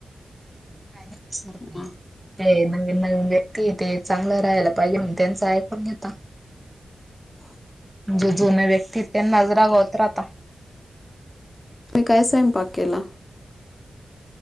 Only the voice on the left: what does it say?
हां,
हम
तुम्ही काय सायम पाक केला